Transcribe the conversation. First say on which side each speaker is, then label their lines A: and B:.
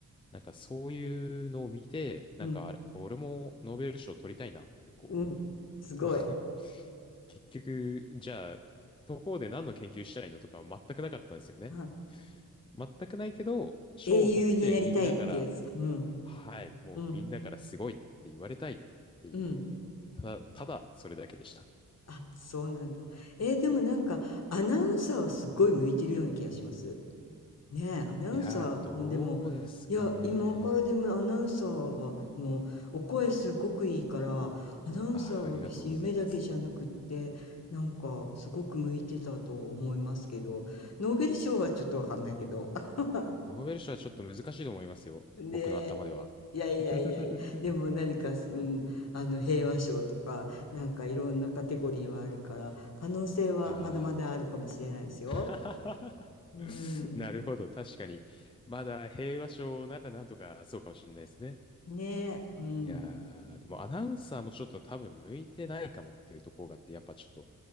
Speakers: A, on the left (about 15°); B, on the left (about 50°).
A: なんかそういうのを見て、なんかあれ、
B: うん、
A: 俺もノーベル賞取りたいなってこ
B: うん、すごい。
A: う、まあ <laughs>、結局、じゃあ、どこで何の研究したいのとかは全くなかったんですよね。
B: はい、
A: 全くないけど、賞を取ってみんなから、
B: 英雄になりたいってやつ。うん、
A: はい、もうみんなからすごいって言われたいっていう、
B: うん、うん。
A: ただ、ただそれだけでした。
B: あ、そうなんだ。えーでもなんか、アナウンサーはすごい向いてるような気がします。ねえ、アナウンサーもでも、
A: いやー、どうですかね。
B: いや、今からでもアナウンサーは、の、お声すごくいいから、アナウンサーは決して夢だけじゃなくって、
A: あー、ありがとうございます。
B: なんか、すごく向いてたと思いますけど、ノーベル賞はちょっとわかんないけど。<laughs>
A: ノーベル賞はちょっと難しいと思いますよ。
B: ね
A: 僕の頭では。
B: いやいやいやいや、
A: <laughs>
B: でも何か、うん、あの、平和賞とか、なんかいろんなカテゴリーはあるから、可能性はまだまだあるかもしれないですよ。
A: ああ。<laughs>
B: うん。
A: なるほど。確かに。まだ平和賞ならなんとかそうかもしれないですね。
B: ねえ、うん。
A: いやー、でもアナウンサーもちょっと多分向いてないかもっていうところがあって、やっぱちょっと、